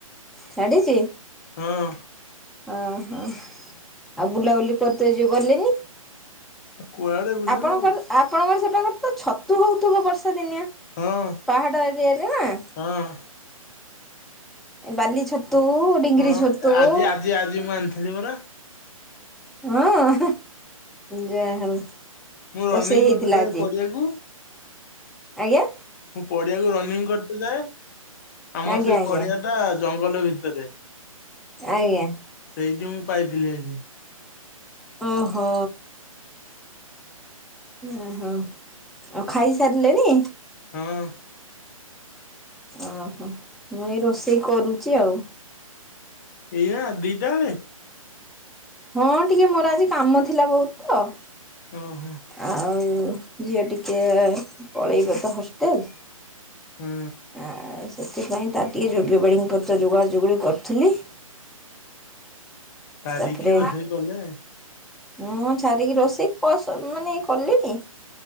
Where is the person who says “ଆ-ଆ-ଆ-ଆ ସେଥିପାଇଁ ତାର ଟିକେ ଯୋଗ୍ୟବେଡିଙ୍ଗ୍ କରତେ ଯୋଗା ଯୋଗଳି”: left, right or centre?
Centre